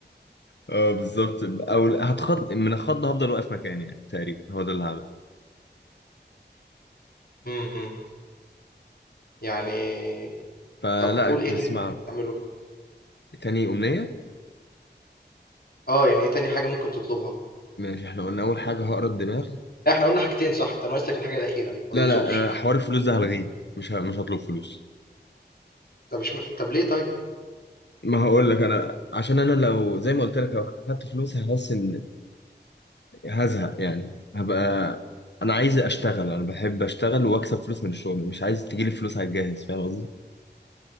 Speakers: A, on the left; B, on the left.
A: اه بالظبط او هتخض من الخض هفضل واقف مكاني يعني تقريبا هو ده اللي هعمله
B: امم أمم. يعني
A: فلا
B: طب قول إيه تاني
A: هسمع
B: ممكن تعمله
A: تاني امنيه
B: أه يعني إيه تاني حاجة ممكن تطلبها
A: ماشي احنا قلنا اول حاجه هقرا الدماغ
B: لا، إحنا قلنا حاجتين صح أنت ناقص لك الحاجة الأخيرة ما
A: لا
B: تنصبش
A: لا أنا حوار الفلوس ده هلغيه مش ه... مش هطلب فلوس
B: طب مش م... طب ليه طيب
A: ما هقول لك انا عشان انا لو زي ما قلت لك لو خدت فلوس هحس ان هزهق يعني هبقى انا عايز اشتغل انا بحب اشتغل واكسب فلوس من الشغل مش عايز تجيلي فلوس على الجاهز فاهم قصدي؟